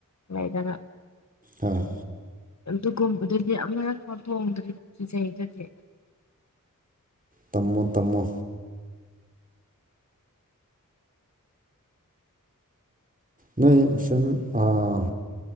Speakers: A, on the left (about 50°); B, on the right (about 25°).
A: ꯂꯩꯗꯅ
B: ꯑ
A: ꯑꯗꯨꯒꯨꯝꯕꯗꯨꯗꯤ ꯑꯃꯔꯛꯐꯥꯎ ꯊꯣꯡꯗ꯭ꯔꯤ ꯀꯤꯖꯩ ꯗꯨꯗꯤ
B: ꯇꯝꯃꯣ ꯇꯝꯃꯣ ꯅꯣꯏ ꯁꯨꯝ ꯑꯥ